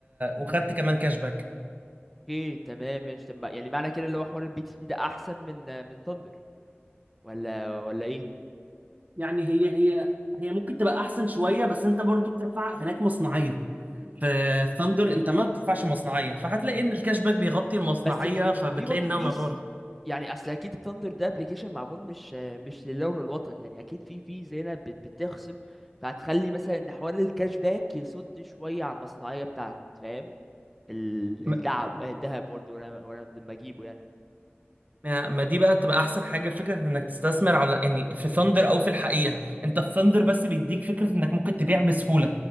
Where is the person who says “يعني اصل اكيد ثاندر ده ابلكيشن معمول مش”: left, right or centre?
Centre